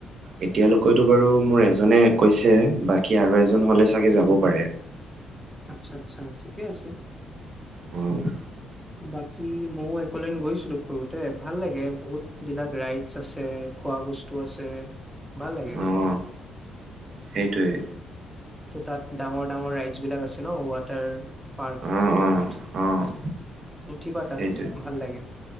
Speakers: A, on the right; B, in the centre.
A: এতিয়ালৈকেতো বাৰু মোৰ এজনে কৈছে বাকী আৰু এজন হ'লে চাগে যাব পাৰে।
B: আচ্ছা, আচ্ছা ঠিকেই আছে।
A: অ'।
B: বাকী ময়ো এক'লেন গৈছিলো সৰুতে ভাল লাগে বহুত বিলাক ৰাইডছ আছে খোৱা বস্তু আছে ভাল লাগে।
A: অ', সেইটোৱে।
B: ত' তাত ডাঙৰ ডাঙৰ ৰাইডছ বিলাক আছে ন' ৱাটাৰ পাৰ্কটোত।
A: অ', অ', অ',
B: উঠিবা তাতো
A: সেইটোৱে।
B: ভাল লাগে।